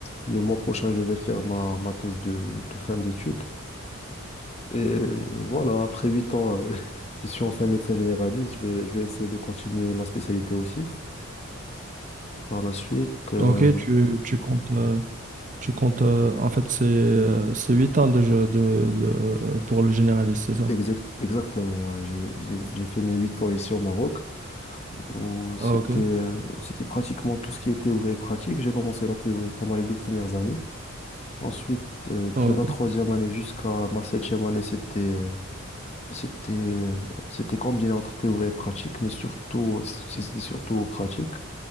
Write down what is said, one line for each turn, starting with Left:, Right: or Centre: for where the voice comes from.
Left: Le mois prochain, je vais faire ma, ma thèse de, de fin d'études. Et euh, voilà, après huit ans, euh, <laughs> je suis enfin médecin généraliste. Je vais, je vais essayer de continuer ma spécialité aussi. Par la suite, euh,
Right: ok, tu, tu comptes, euh, Tu comptes, euh, en fait, c'est euh, c'est 8 ans de jeu de, de- pour le généraliste, c'est ça?
Left: exact, exactement, ouais, j'ai, j'ai, j'ai fait mes huit ans ici au Maroc. où c'était
Right: Ah, ok.
Left: euh, c'était pratiquement tout ce qui est théorie et pratique. J'ai commencé la théorie pendant les deux premières années. Ensuite, euh,
Right: Ah,
Left: de
Right: ok.
Left: la troisième année jusqu'à ma septième année, c'était euh, c'était euh, c'était combiné entre théorie et pratique, mais surtout c'était surtout pratique.